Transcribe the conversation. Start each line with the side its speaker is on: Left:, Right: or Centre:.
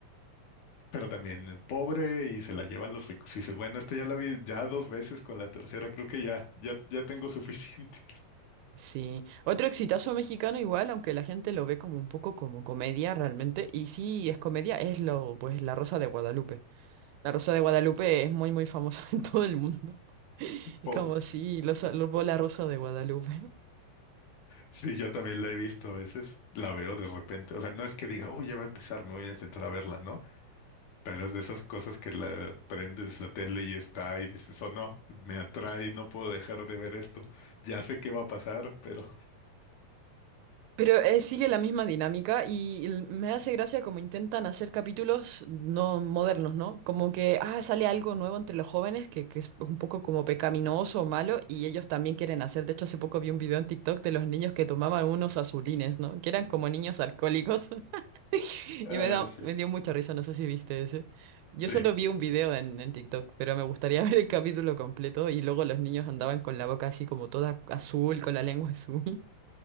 Left: pero también pobre y se la llevan los ricos. Y dices, bueno, esta ya la vi ya dos veces, con la tercera creo que ya, ya, ya tengo suficiente.
Right: Sí, otro exitazo mexicano igual, aunque la gente lo ve como un poco como comedia realmente, y sí es comedia, es lo, pues La Rosa de Guadalupe. La Rosa de Guadalupe es muy muy famosa <laughs> en todo el mundo.
Left: <laughs>
Right: Es como si los salvó La Rosa de Guadalupe.
Left: Sí, yo también la he visto a veces, la veo de repente, o sea, no es que diga, oh, ya va a empezar, me voy a sentar a verla, ¿no? Pero es de esas cosas que la prendes la tele y está y dices, oh, no, me atrae, no puedo dejar de ver esto, ya sé qué va a pasar, pero...
Right: Pero eh, sigue la misma dinámica y l- me hace gracia como intentan hacer capítulos no modernos, ¿no? Como que, ah, sale algo nuevo entre los jóvenes que, que es un poco como pecaminoso o malo y ellos también quieren hacer. De hecho, hace poco vi un video en TikTok de los niños que tomaban unos azulines, ¿no? Que eran como niños alcohólicos <laughs>
Left: <laughs>
Right: y
Left: ay,
Right: me da,
Left: sí,
Right: me dio mucha risa, no sé si viste ese. Yo
Left: sí,
Right: solo vi un video en, en TikTok, pero me gustaría <laughs> ver el capítulo completo y luego los niños andaban con la boca así como toda azul, con la lengua azul. <laughs>